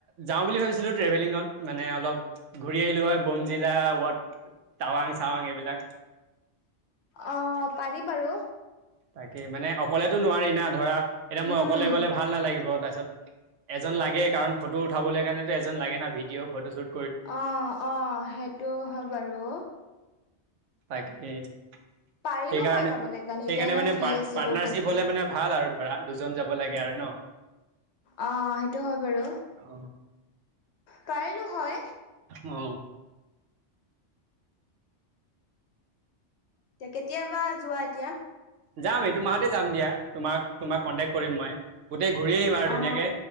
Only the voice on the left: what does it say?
অ, পাৰি বাৰু।
উম।
অ - অ সেইটো হয় বাৰু।
পাৰিলো হয় যাবলৈ
কাৰণে
এতিয়া এনে
ফ্ৰী
আছিলো ঘৰতে
অ, সেইটো হয় বাৰু
পাৰিলো হয়।
এতিয়া কেতিয়াবা যোৱা এতিয়া
অ